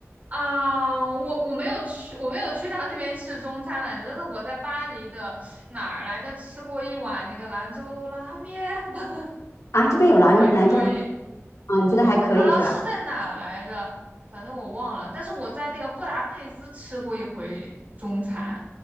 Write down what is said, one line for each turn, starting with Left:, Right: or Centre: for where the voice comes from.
Right: 啊，我我没有去，我没有去他那边吃中餐来着，但是我在巴黎的哪儿来着吃过一碗那个兰州拉面，<laughs>
Left: 啊？这边有兰州兰州拉
Right: 还可以
Left: 啊，你觉得还可以是吧？
Right: 啊，是在哪儿来着？反正我忘了，但是我在那个布达佩斯吃过一回中餐，